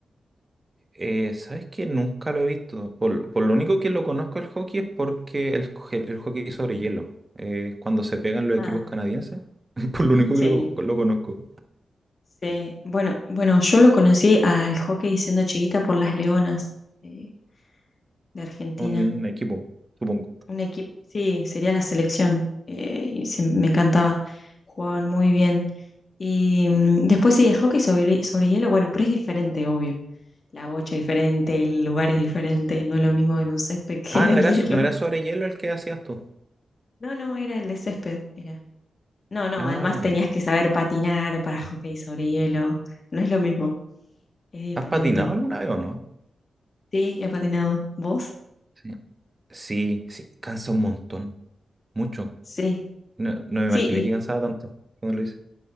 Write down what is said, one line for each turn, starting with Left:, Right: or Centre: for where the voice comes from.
Right: Eh, ¿sabes qué? Nunca lo he visto. Por, por lo único que lo conozco el hockey es porque el, co- el hockey sobre hielo. eh, cuando se pegan los
Left: Ah,
Right: equipos canadienses. <laughs> Por lo único
Left: sí.
Right: que lo, lo conozco.
Left: Sí, bueno, bueno, yo lo conocí al hockey siendo chiquita por las Leonas eh, de Argentina.
Right: Un equipo, supongo.
Left: Un equipo, sí, sería la selección. eh, y sí, me encantaba. Jugaban muy bien. Y mm, después sí, el hockey sobre, sobre hielo, bueno, pero es diferente, obvio. La bocha es diferente, el lugar es diferente, no es lo mismo en un césped <laughs> que
Right: Ah,
Left: en
Right: ¿no
Left: el
Right: era,
Left: hielo.
Right: so- no era sobre hielo el que hacías tú?
Left: No, no, era el de césped, era. No, no,
Right: Ah,
Left: además
Right: ya.
Left: tenías que saber patinar para hockey sobre hielo. No es lo mismo, es
Right: ¿Has
Left: diferente.
Right: patinado alguna vez o no?
Left: Sí, he patinado. ¿Vos?
Right: Sí. Sí, sí, cansa un montón. Mucho.
Left: Sí.
Right: No, no me
Left: Sí,
Right: imaginé
Left: y
Right: que cansaba tanto cuando lo hice.